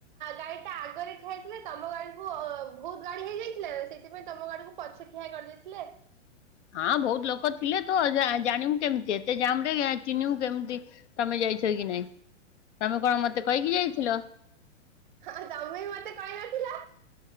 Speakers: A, on the right; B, on the left.
A: ଗାଡି ଟା ଆଗରେ ଠିଆଇଥିଲା ତମ ଗାଡିକୁୁ ବହୁତ ଗାଡି ହେଇଯାଇ ଲା ସେଥିପାଇଁ ତମ ଗାଡିକୁ ପଛ ଠିଆ କରିଦେଇଥିଲେ।
B: ହାଁ ବହୁତ ଲୋକ ଥିଲେ ତ ଜା ଜାଣିବୁ କେମିତି ଏତେ ଜାମ ରେ ଚିହ୍ନିବୁ କେମିତି ତମେ ଯାଇଚ କି ନାଇଁ ତମେ କଣ ମତେ କହିକି ଯାଇଥିଲ?
A: ହଁ ତମେ ବି ମତେ କହିନଥିଲ।